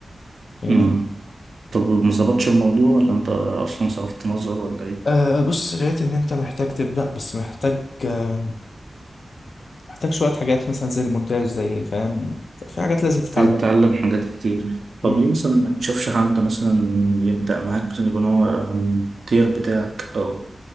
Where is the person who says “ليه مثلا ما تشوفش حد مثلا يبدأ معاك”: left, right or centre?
Right